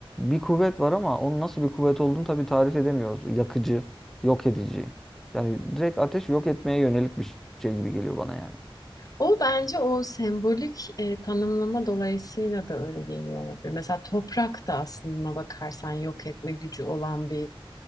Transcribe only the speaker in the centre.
bir kuvvet var ama onun nasıl bir kuvvet olduğunu tabii tarif edemiyoruz. Yakıcı, yok edici. Yani direkt ateş yok etmeye yönelik bir şey gibi geliyor bana yani.